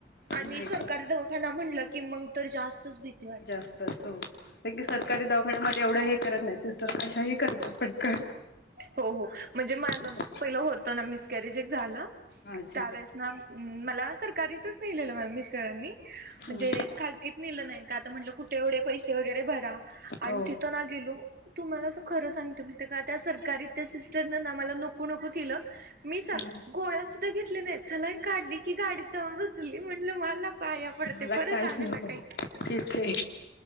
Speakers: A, on the left; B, on the right.
A: नाही
B: आणि सरकारी
A: पण
B: दवाखाना म्हटलं की मग तर जास्तच <unintelligible>
A: जास्त. हो एक वेळेस सरकारी दवाखान्यामध्ये एवढं हे करत नाही, सिस्टर कशाही करतात पटकन.
B: हो हो म्हणजे माझ
A: असं
B: पहिलं होत ना, मिसकॅरेज एक झालं.
A: अच्छा
B: त्यावेळेस ना मला सरकारीतच नेलेलं माझ्या मिस्टरांनी, म्हणजे
A: हम्म
B: खाजगीत नेलं नाही. का तर म्हंटलं कुठे एवढे पैसे वगैरे भरा आणि
A: हो
B: तिथं ना गेलो तुम्हाला असं खरं सांगते. मग का त्या सरकारीत त्या सिस्टरनं ना, मला नको नको केलं. मी
A: हम्म
B: सल गोळ्या सुद्धा घेतल्या नाहीत. सलाईन काढली की गाडीत जाऊन बसली. म्हणलं मला पाया पडते,
A: मला
B: परत
A: काहीच
B: आणू
A: नको
B: नका इथं.
A: तिथे